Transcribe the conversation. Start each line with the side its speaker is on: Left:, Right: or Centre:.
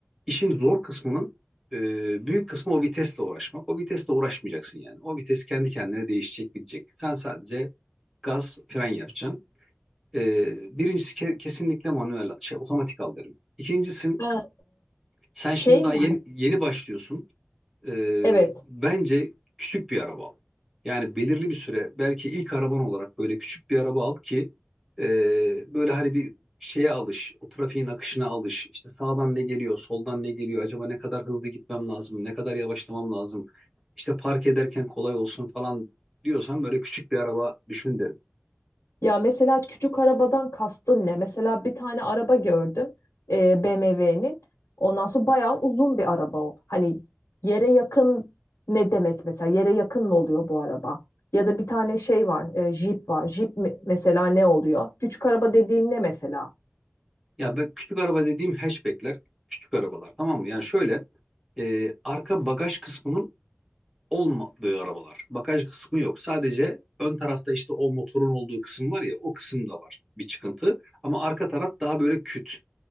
Centre: işin zor kısmının e, büyük kısmı o vitesle uğraşmak. O vitesle uğraşmayacaksın yani. O vites kendi kendine değişecek gidecek. Sen sadece gaz, fren yapacaksın. Ee, birincisi ke- kesinlikle manuel şey otomatik al derim. İkincisi
Left: Ha.
Centre: sen
Left: Şey
Centre: şimdi daha
Left: mi?
Centre: yeni, yeni başlıyorsun. Ee,
Left: Evet.
Centre: bence küçük bir araba al. Yani belirli bir süre belki ilk araban olarak böyle küçük bir araba al ki e, böyle hani bir şeye alış, o trafiğin akışına alış. İşte sağdan ne geliyor, soldan ne geliyor, acaba ne kadar hızlı gitmem lazım, ne kadar yavaşlamam lazım. İşte park ederken kolay olsun falan diyorsan böyle küçük bir araba düşün derim.
Left: Ya mesela küçük arabadan kastın ne? Mesela bir tane araba gördüm. E, BMW'nin. Ondan sonra bayağı uzun bir araba o. Hani yere yakın ne demek mesela? Yere yakın mı oluyor bu araba? Ya da bir tane şey var, e, jip var. Jip mi- mesela ne oluyor? Küçük araba dediğin ne mesela?
Centre: Ya ben küçük araba dediğim hatchbackler, küçük arabalar tamam mı? Yani şöyle e, arka bagaj kısmının olmadığı arabalar. Bagaj kısmı yok. Sadece ön tarafta işte o motorun olduğu kısım var ya o kısımda var bir çıkıntı. Ama arka taraf daha böyle küt.